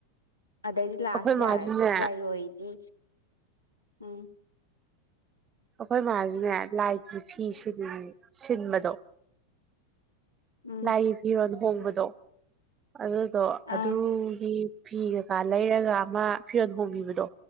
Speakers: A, on the left; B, on the right.
A: ꯑꯗꯩꯗꯤ ꯂꯥꯛꯑꯁꯨ
B: ꯑꯩꯈꯣꯏ ꯃꯥꯁꯨꯅꯦ
A: ꯌꯥꯔꯦ ꯂꯥꯏꯔꯣꯏꯗꯤ ꯎꯝ
B: ꯑꯩꯈꯣꯏ ꯃꯥꯖꯨꯅꯦ ꯂꯥꯏꯒꯤ ꯐꯤ ꯁꯤꯟ ꯁꯤꯟꯕꯗꯣ
A: ꯎꯝ
B: ꯂꯥꯏꯒꯤ ꯐꯤꯔꯣꯟ ꯍꯣꯡꯕꯗꯣ ꯑꯗꯨꯗꯣ
A: ꯑꯥ
B: ꯑꯗꯨꯒꯤ ꯐꯤ ꯀꯀꯥ ꯂꯩꯔꯒ ꯑꯃ ꯐꯤꯔꯣꯜ ꯍꯣꯡꯕꯤꯕꯗꯣ